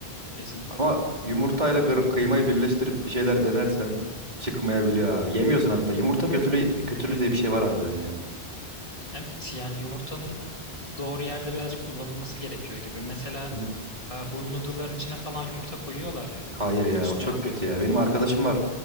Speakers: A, on the left; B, on the right.
A: kesinlikle.
B: Ama yumurtayla kır- kıymayı birleştirip bir şeyler denersen çıkmayabiliyor abi. Yemiyorsun hatta. Yumurta kötülüğü, kötülüğü diye bir şey var harbiden ya.
A: Evet yani yumurtanın doğru yerde birazcık kullanılması gerekiyor gibi. Mesela
B: Evet.
A: aa, bu noodle'ların içine falan yumurta koyuyorlar ya
B: Hayır ya
A: üstüne.
B: o çok kötü ya. Benim arkadaşım var